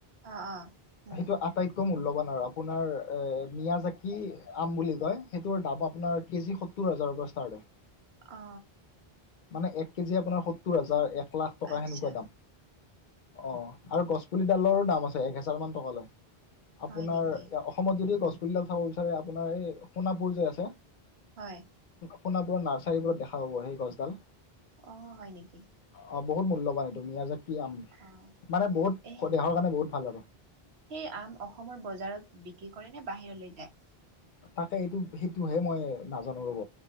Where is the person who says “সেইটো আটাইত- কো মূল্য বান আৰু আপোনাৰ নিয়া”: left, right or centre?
Left